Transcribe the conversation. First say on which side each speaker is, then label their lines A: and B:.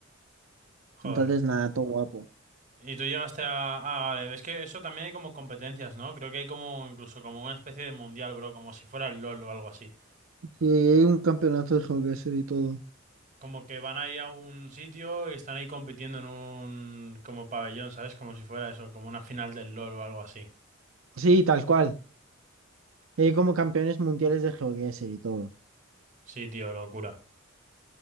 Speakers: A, on the right; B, on the right.
A: Entonces,
B: joder.
A: nada, todo guapo.
B: ¿Y tú llegaste a...? Ah, vale, es que eso también hay como competencias, ¿no? Creo que hay como incluso como una especie de mundial, bro, como si fuera el LOL o algo así.
A: Sí, hay un campeonato de GeoGuessr y todo.
B: Como que van ahí a un sitio y están ahí compitiendo en un... como pabellón, ¿sabes? Como si fuera eso, como una final del LOL o algo así.
A: Sí, tal cual. Hay como campeones mundiales de GeoGuessr y todo.
B: Sí, tío, locura.